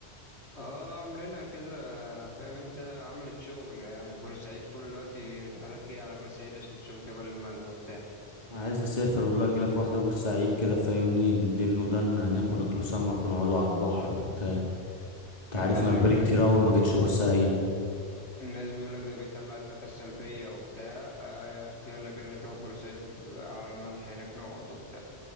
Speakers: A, on the left; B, on the left.
A: اه عاملينها كده فاهم انت عملت شغل يعني في بورسعيد كل الوقت الرحلات جاية على بورسعيد عشان تشوف جبل الملح وبتاع
B: عايز اسافر والله اجيلك واحده بورسعيد كده فاهمني ندين ودنا هناك وناكلوا سمك ونقعدوا على البحر وبتاع انت عارف
A: الناس
B: انا
A: بيقول
B: بقالي كتير
A: لك ده
B: اوي ما جيتش بورسعيد
A: الناس بيقولك ده بيطلع الطاقة السلبية وبتاع فيلا بينا نروح بورسعيد على الملح هناك نقعد وبتاع